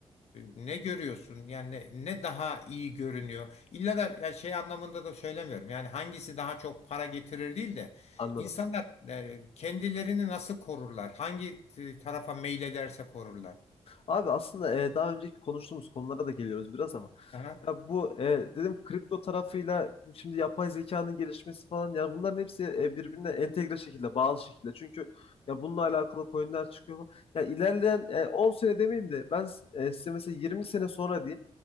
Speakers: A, on the left; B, on the left.
A: e, ne görüyorsun? Yani ne, ne daha iyi görünüyor? İlla da yani şey anlamında da söylemiyorum. Yani hangisi daha çok para getirir değil de
B: Anladım.
A: insanlar e, kendilerini nasıl korurlar? Hangi t- tarafa meylederse korurlar.
B: Abi aslında e, daha önceki konuştuğumuz konulara da geliyoruz biraz ama
A: Aha,
B: Ya bu e, dedim kripto tarafıyla bu şimdi yapay zekanın gelişmesi falan ya bunların hepsi e, birbirine entegre şekilde bağlı şekilde. Çünkü ya bununla alakalı coinler çıkıyor. Yani ilerleyen e, 10 sene demeyeyim de ben s- e, size mesela 20 sene sonra diyeyim.